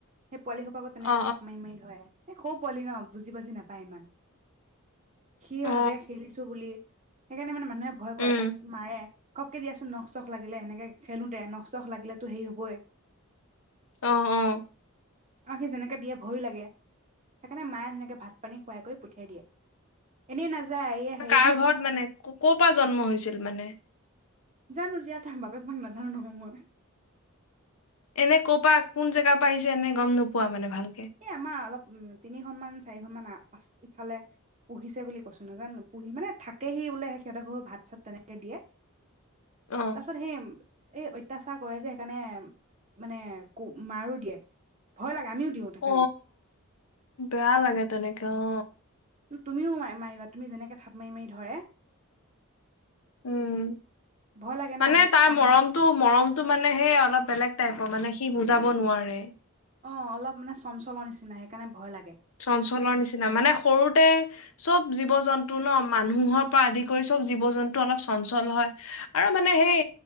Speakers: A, on the right; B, on the left.
A: সেই পোৱালি সোপাকো তেনেকে
B: অ
A: থাপ মাৰি-মাৰি ধৰে। এ সৰু পোৱালি ন বুজি বাজি নাপাই ইমান। সি
B: অ অ
A: ভাবে খেলিছো বুলি সেইকাৰণে মানে মানুহে ভয়
B: উম
A: কৰে তাক মাৰে ঘপকে দিয়াচোন, নখ চখ লাগিলে সেনেকে খেলোঁতে নখ চখ লাগিলেতো হেৰি হ'বই
B: আহ অ
A: আৰু সি যেনেকে ভয়য়ো লাগে, সেইকাৰণে মায়ে ধুনীয়াকে ভাত পানী খুৱাই কৰি পঠিয়াই দিয়ে এনেই নাজা যায় আহে
B: তাৰ ঘৰত মানে ক'ৰ পৰা জন্ম হৈছিল মানে
A: জানো দিয়া তম বাপেক মাক নাজানো নহয় মই
B: এনে ক' পৰা কোন জেগাৰ পৰা আহিছে এনে গ'ম নোপোৱা মানে ভাল
A: এ আমাৰ অলপ তিনিখনমান চাৰিখনমান আ প ইফালে পুহিছে বুলি কৈছো নাজানো পুহি মানে থাকে সি বোলে সিহঁতে ঘৰ ভাত চাত তেনেকে দিয়ে
B: অ
A: তাৰ পাছত সেই এই অত্যাচাৰ কৰে যে সেইকাৰণে মানে কো মাৰো দিয়ে ভয় লাগে আমিও দিওঁ তাক
B: অ বেয়া লাগে তেনেকে অ
A: তুমিও মাৰিবা, তুমি যেনেকে থাপ মাৰি মাৰি ধৰে
B: উম
A: ভয় লাগে ন
B: মানে
A: ঘপকে
B: তাৰ
A: কাম
B: মৰমটো মৰমটো মানে হে অলপ বেলেগ টাইপৰ মানে সি বুজাব নোৱাৰে
A: অ অলপ মানে চঞ্চলন নিচিনা সেইকাৰণে ভয় লাগে
B: চঞ্চলৰ নিচিনা মানে সৰুতে চব জীৱ জন্তু ন মানুহৰ পৰা আদি কৰি চব জীৱ জন্তু অলপ চঞ্চল হয় আৰু মানে সেই